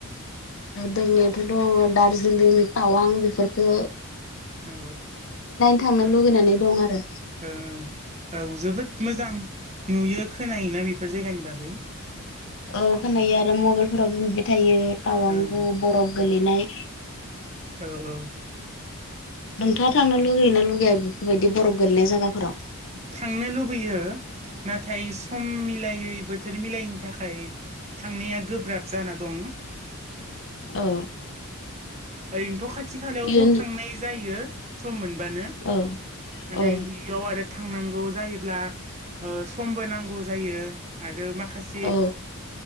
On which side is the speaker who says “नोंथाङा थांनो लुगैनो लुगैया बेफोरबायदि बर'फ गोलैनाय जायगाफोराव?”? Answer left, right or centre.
Left